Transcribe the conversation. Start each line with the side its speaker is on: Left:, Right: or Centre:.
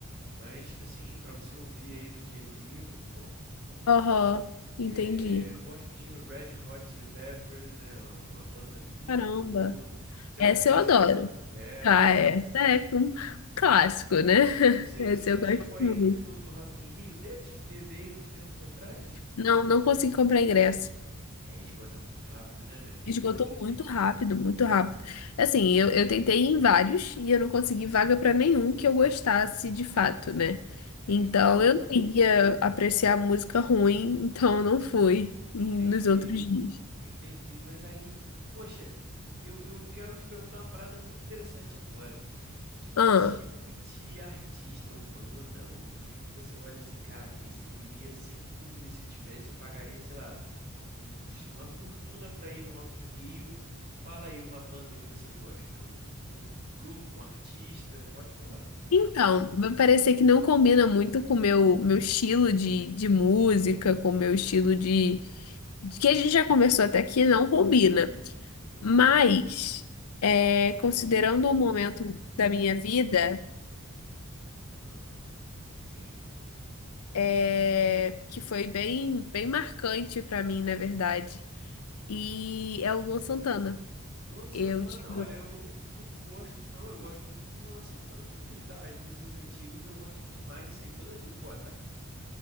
Right: Mas, assim, para você ouvir aí no dia a dia, é muito bom, muito bom.
Left: Aham, entendi.
Right: É, gosto de Red Hot Chili Peppers, né? Uma banda muito
Left: Caramba.
Right: boa. Você
Left: Essa
Right: conhece
Left: eu adoro.
Right: essa? É.
Left: Ah, essa é um clássico, né? <laughs>
Right: Você,
Left: Essa
Right: você
Left: eu gosto
Right: chegou aí
Left: muito.
Right: no show do Rock in Rio deles, que teve aí uns tempos atrás?
Left: Não, não consegui comprar ingresso.
Right: É, esgota muito rápido, né, minha amiga?
Left: Esgotou
Right: É muito difícil.
Left: muito rápido, muito rápido. Assim, eu, eu tentei em vários e eu não consegui vaga para nenhum que eu gostasse de fato, né?
Right: Entendi,
Left: Então eu não ia apreciar música ruim, <laughs> então eu não fui
Right: entendi,
Left: em- nos outros dias.
Right: entendi. Mas aí, poxa, eu, eu quero te perguntar uma parada muito interessante agora. Que
Left: Ah,
Right: tipo de artista ou banda ou música que você olha assim, caraca, esse eu iria sem dúvida, se tivesse, eu pagaria, sei lá, um- uma fortuna para ir no Rock in Rio. Fala aí uma banda que você gosta, um, um grupo, um artista, pode falar, qualquer
Left: então,
Right: um,
Left: vai parecer que não combina muito com o meu, meu estilo de, de música, com o meu estilo de que a gente já conversou até aqui não combina,
Right: tudo bem.
Left: mas é, considerando um momento da minha vida
Right: Ah, sim.
Left: é, que foi bem, bem marcante pra mim, na verdade, e
Right: De-
Left: é o Luan Santana.
Right: Luan Santana,
Left: Eu tive...
Right: olha, eu não julgo gostos, não. Eu gosto muito do Luan Santana também, tá? As músicas antigas eu gosto demais, sei todas de cor, tá?